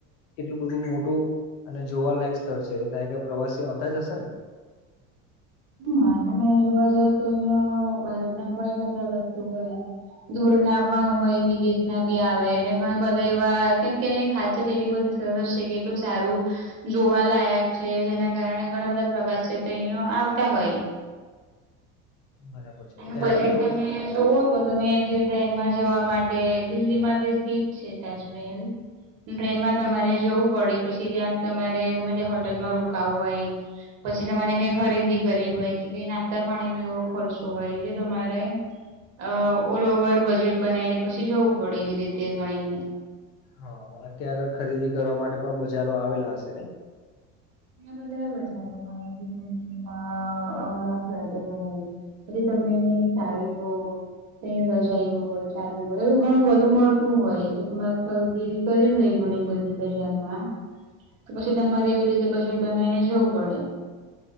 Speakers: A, on the left; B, on the right.
A: એટલું બધું મોટું અને જોવાલાયક સ્થળ છે ત્યાં ઈ પ્રવાસી આવતા જ હશે ને.
B: હ તમે જોવા જાવ તો અહિયાં ભારત ના પણ એટલા પ્રવાસીયો હોય. દૂર ના પણ હોય વિદેશ ના બી આવે અને ઘણા બધા એવા કેમ કે. છે એટલી બધું સરસ છે કે એટલું સારું. જોવા લાયક છે જેના કારણે ઘણા બધા પ્રવાસે છે અહી આવ. તે હોય
A: બરાબર છે
B: એનું
A: ત્યાં
B: બજેટ
A: આગળ તો
B: તમે જોવો. તો તમે જે ટ્રેનમાં જવા માટે દિલ્હીમાં જે સીટ છે તાજમહેલ. ટ્રેનમાં તમારે જવું પડે પછી ત્યાં તમારે ગમે ત્યાં હોટેલમાં રોકાવું હોય. પછી તમારે કઈ ખરીદી. કરી હોય કે કઈ નાસ્તા પાણી નો એવો ખર્ચો હોય જે તમારે. અ ઓલ ઓવર બજેટ બનાવી ને પછી જવું પડે એવી રીતે ગણીને.
A: હા ત્યાં આગળ ખરીદી કરવા માટે પણ બજારો આવેલા હશે ને.
B: અ બધા બજારો હોય ધીમેમાં અવનવાટરો હોય બ દમ ર સાડીીું <inaudible> ત‌ઇ રજાયુ હોય ચાદરો હોય એવું ઘણું બધું મળતું હોય જે તમારે પાસ દેવી. કરી હોય ઘણી બધી બજારમાં તો પછી તમારે એવી રીત. તે બજેટ બનાવીને જવું પડે.